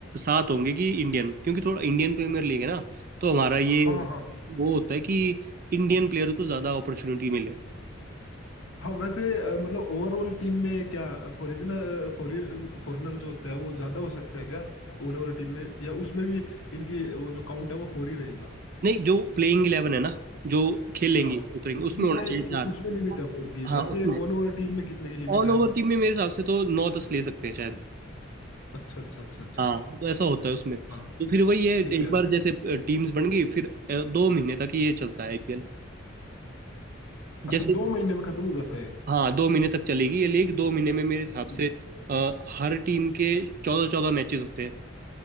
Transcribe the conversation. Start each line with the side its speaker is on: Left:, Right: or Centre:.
Right: सात होंगे कि इंडियन क्योंकि थोड़ा इंडियन प्रीमियर लीग है ना तो हमारा ये
Left: हाँ हाँ हाँ
Right: वो होता है कि इंडियन प्लेयर को ज्यादा अपॉर्चुनिटी मिले
Left: हाँ वैसे अ, मतलब ओवरऑल टीम में क्या फॉरिजनर फॉरिन फॉरेनर जो होता है वो ज्यादा हो सकता है क्या ओवरऑल टीम में या उसमें भी इनकी वो जो काउंट है वो फोर ही रहेगा
Right: नहीं जो प्लेइंग इलेवन है ना जो खेलेंगे
Left: हाँ
Right: उतरेंगे
Left: उसमें
Right: उसमें होना चाहिए
Left: उ-
Right: चार
Left: उसमें लिमिट है फोर की
Right: हाँ
Left: वैसे
Right: उसमें
Left: ऑल ओवर टीम में कितने की लिमिट
Right: ऑल
Left: है
Right: ओवर टीम में मेरे हिसाब से तो नौ दस ले सकते हैं शायद
Left: अच्छा अच्छा अच्छा अच्छा
Right: हाँ तो ऐसा होता है उसमें तो
Left: हाँ
Right: फिर वही है
Left: ठीक
Right: एक
Left: है
Right: बार जैसे टीम्स बन गई फिर अ, दो महीने तक ये चलता है आईपीएल
Left: अच्छा
Right: जैसे
Left: दो महीने में खत्म हो जाता है ये?
Right: हाँ दो महीने तक चलेगी ये लीग दो महीने में मेरे हिसाब
Left: हम्म।
Right: से अ, हर टीम के चौदह चौदह मैचेस होते हैं